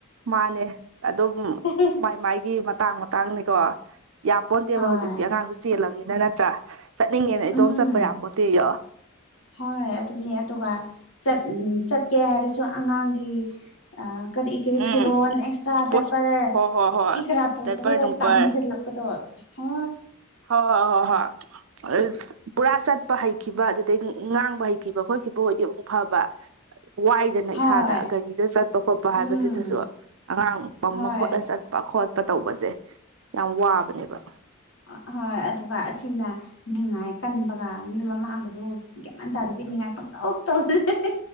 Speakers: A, on the right; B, on the left.
A: ꯃꯥꯅꯦ ꯑꯗꯨꯝ
B: ꯑꯍꯦ ꯍꯦ
A: ꯃꯥꯏ ꯃꯥꯏꯒꯤ ꯃꯇꯥꯡ ꯃꯇꯥꯡꯅꯤꯀꯣ ꯌꯥꯝ ꯄꯣꯟꯇꯦꯕ
B: ꯍꯣꯏ
A: ꯍꯧꯖꯤꯛꯇꯤ ꯑꯉꯥꯡꯁꯨ ꯆꯦꯜꯂꯝꯅꯤꯅ ꯅꯠꯇ꯭ꯔꯥ ꯆꯠꯅꯤꯡꯉꯦꯅ ꯏꯇꯣꯝ
B: ꯎꯝ
A: ꯆꯠꯄ ꯌꯥꯄꯣꯟꯇꯦꯌꯣ
B: ꯍꯣꯏ ꯑꯗꯨꯅꯤ ꯑꯗꯨꯒ ꯆꯠ ꯆꯠꯀꯦ ꯍꯥꯏꯔ ꯁꯨ ꯑꯉꯥꯡꯒꯤ ꯑꯥ ꯀꯔꯤ ꯀꯔꯤ
A: ꯎꯝ
B: ꯐꯤꯔꯣꯜ ꯑꯦꯛꯁꯇ꯭ꯔꯥ
A: ꯄꯣꯁ
B: ꯗꯥꯏꯄꯔ
A: ꯍꯣꯏ ꯍꯣꯏ
B: ꯀꯔꯤ
A: ꯍꯣꯏ
B: ꯀꯔꯥ ꯄꯨꯕꯗ
A: ꯗꯥꯏꯄꯔ ꯅꯨꯡꯄꯔ
B: ꯇꯥꯟꯁꯜꯂꯛꯄꯗꯣ ꯍꯥ
A: ꯍꯣꯏ ꯍꯣꯏ ꯍꯣꯏ ꯍꯣꯏ ꯍꯩꯁ ꯄꯨꯔꯥ ꯆꯠꯄ ꯍꯩꯈꯤꯕ ꯑꯗꯨꯗꯩ ꯉꯥꯡꯕ ꯍꯩꯈꯤꯕ ꯈꯣꯠꯈꯤꯕꯑꯣꯏꯗꯤ ꯑꯃꯨꯛ ꯐꯕ ꯋꯥꯏꯗ ꯅ
B: ꯍꯣꯏ
A: ꯏꯁꯥꯗ ꯒꯥꯔꯤꯗ ꯆꯠꯄ ꯈꯣꯠꯄ
B: ꯎꯝ
A: ꯍꯥꯏꯕꯁꯤꯗꯁꯨ ꯑꯉꯥꯡ ꯄꯝꯃ
B: ꯍꯣꯏ
A: ꯈꯣꯠꯂ ꯆꯠ ꯄ ꯈꯣꯠꯄ ꯇꯧꯕꯁꯦ ꯌꯥꯝ ꯋꯥꯕꯅꯦꯕ
B: ꯑꯥ ꯍꯣꯏ ꯑꯗꯨꯒ ꯑꯁꯤꯅ ꯅꯤꯡꯉꯥꯏ ꯀꯟꯕꯒ ꯃꯤ ꯃꯃꯥꯡꯗꯁꯨ ꯒ꯭ꯌꯥꯟ ꯃꯦꯟ ꯇꯥꯗꯕꯤ ꯅꯤꯡꯉꯥꯏ ꯄꯪꯇꯧ ꯇꯧꯗꯣꯏꯅꯦ ꯍꯦ ꯍꯦ